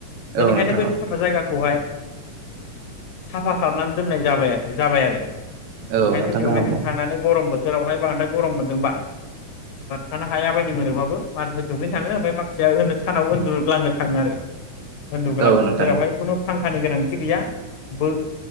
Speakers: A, on the left; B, on the right.
A: बेनिखायनो
B: औ नोंथां
A: बै
B: औ
A: साफा जायगा <unintelligible> ओ साफा खालामनानै दोननाय जाबाय -जाबाय आरो।
B: औ
A: ओंखायनो
B: नोंथां
A: बेवहाय
B: गाहाम
A: जों
B: औ
A: थांनानै गरम बोथोरावहाय बांद्राय गरम मोन्दोंबा थानो हायाबायदि बायदि मोनोबाबो माखासे दुगैनो थाङो ओमफाय माखासेया सानाव उन्दुग्लांनो थाङो आरो। उन्दुग्लांनो
B: औ नोंथां
A: जेरावहाय
B: औ
A: खुनु फांखानि गोनांथि गैया बो